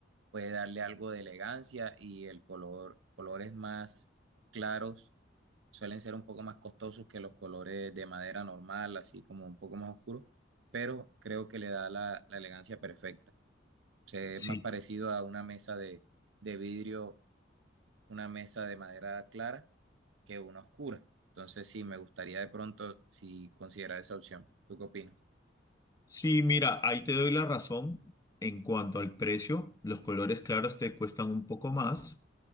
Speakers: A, on the right; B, on the left.
A: puede darle algo de elegancia y el color, colores más claros suelen ser un poco más costosos que los colores de madera normal, así como un poco más oscuros, pero creo que le da la, la elegancia perfecta. O sea,
B: Sí.
A: es más parecido a una mesa de, de vidrio, una mesa de madera clara que una oscura. Entonces, sí, me gustaría de pronto si considerar esa opción. ¿Tú qué opinas?
B: Sí, mira, ahí te doy la razón en cuanto al precio. Los colores claros te cuestan un poco más,